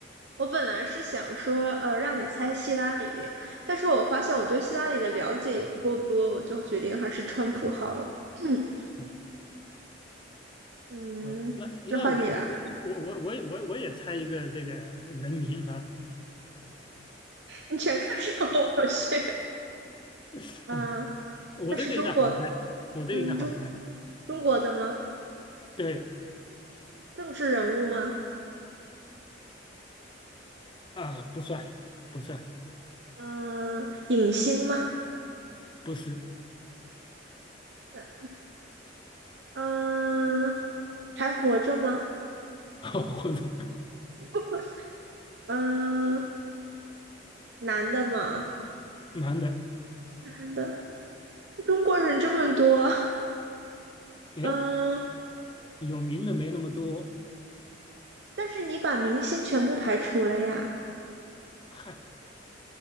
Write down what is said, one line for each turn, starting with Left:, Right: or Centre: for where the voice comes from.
Right: 我本来是想说，呃，让你猜希拉里，但是我发现我对希拉里的了解也不够多，我就决定还是川普好了。<clears throat>
Left: 啊
Right: 嗯，
Left: <laughs> 啊，那那我我我我我我也我我也猜一个这个人名哈、
Right: 那换你了。你全都是和我学。
Left: <laughs>
Right: 嗯，
Left: 我这个应该好猜，
Right: 他是中国，
Left: 我这个应该好猜。
Right: 嗯，中中国的吗？
Left: 对
Right: 政治人物吗？
Left: 啊，不算不算，
Right: 嗯，影星吗？
Left: 不是，
Right: 那嗯，还活着吗？
Left: <laughs> 或者
Right: <laughs> 嗯，男的吗？
Left: 男的。
Right: 男的。中国人这么多，
Left: 哎，
Right: 嗯，
Left: 有名的没那么多，
Right: 但是你把明星全部排除了呀？
Left: 嗨，